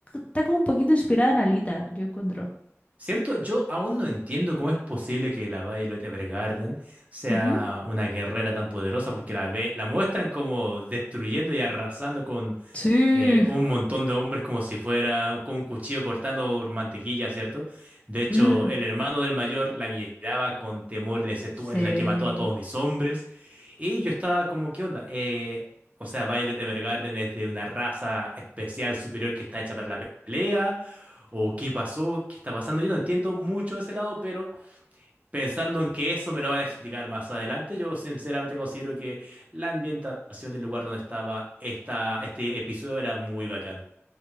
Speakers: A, on the left (about 25°); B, on the right (about 30°).
A: está como un poquito inspirada en Alita, yo encuentro.
B: Cierto, yo aún no entiendo cómo es posible que la Violet Evergarden sea
A: Ujú.
B: una guerrera tan poderosa, porque la ve, la muestran como destruyendo y arrasando con
A: Sí.
B: eh, un montón de hombres como si fuera un- con un cuchillo cortando mantequilla, ¿cierto? De hecho,
A: Mm,
B: el hermano del mayor la miraba con temor y le decía,
A: sí,
B: tú eres la que mató a todos mis hombres. Y yo estaba como, ¿qué onda? Eh, o sea, Violet Evergarden es de una raza especial superior que está hecha para la pelea, o qué pasó, qué está pasando. Yo no entiendo mucho de ese lado, pero Pensando en que eso me lo van a explicar más adelante, yo sinceramente considero que la ambientación del lugar donde estaba esta, este episodio era muy bacán.